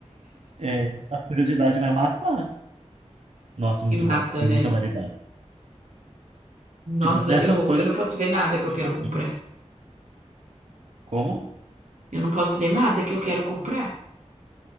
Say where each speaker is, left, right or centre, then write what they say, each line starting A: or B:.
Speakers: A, on the right; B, on the right.
A: é, a curiosidade vai matar. Nossa, muito
B: E mata,
A: bom. Tem
B: né?
A: muita variedade.
B: Nossa,
A: Tipo, nessas
B: eu,
A: coisas
B: eu não posso ver nada
A: eu
B: que
A: fico
B: eu quero
A: assim.
B: comprar.
A: Como?
B: Eu não posso ver nada que eu quero comprar.